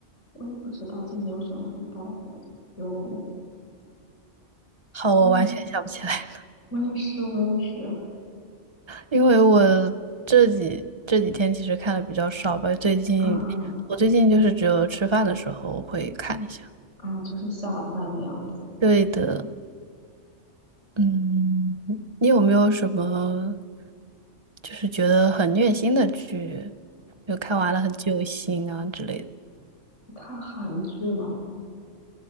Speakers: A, on the left (about 80°); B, on the right (about 30°).
A: 我也不知道今年有什么很爆火的。有
B: 好，
A: 今年，
B: 我完全想不起来了，
A: 我也是，我也是，
B: 因为我这几这几天其实看的比较少吧。最近我最近就是只有吃饭的时候会看一下。
A: 啊啊啊，就是下饭那样子。
B: 对的，嗯，你有没有什么就是觉得很虐心的剧，就看完了很揪心啊之类的？
A: 你看韩剧嘛，